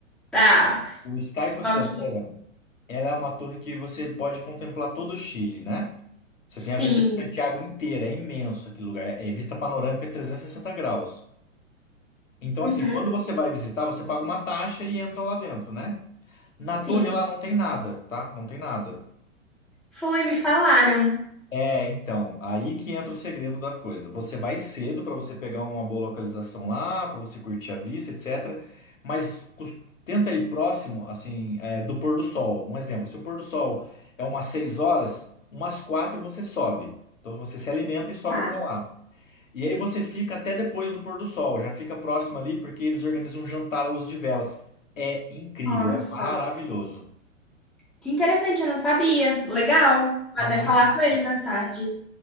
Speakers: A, in the centre; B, on the left.
A: Tá.
B: O Sky Costaneira,
A: Ok.
B: ela é uma torre que você pode contemplar todo o Chile, né? Você
A: Sim.
B: tem a vista de Santiago inteira, é imenso aquele lugar. É é vista panorâmica 360 graus. Então,
A: Uhum,
B: assim, quando você vai visitar, você paga uma taxa e entra lá dentro, né? Na
A: sim.
B: torre lá não tem nada, tá? Não tem nada.
A: Foi, me falaram.
B: É, então, aí que entra o segredo da coisa. Você vai cedo para você pegar uma boa localização lá, para você curtir a vista, etc. Mas cus- tenta ir próximo, assim, é, do pôr do sol. Um exemplo, se o pôr do sol é umas 6 horas, umas 4 você sobe. Então você se alimenta e sobe
A: Tá.
B: para lá. E aí você fica até depois do pôr do sol, já fica próximo ali porque eles organizam um jantar à luz de velas. É incrível,
A: Nossa.
B: é maravilhoso.
A: Que interessante, eu não sabia. Legal. Vou
B: A
A: até
B: noite.
A: falar com ele mais tarde.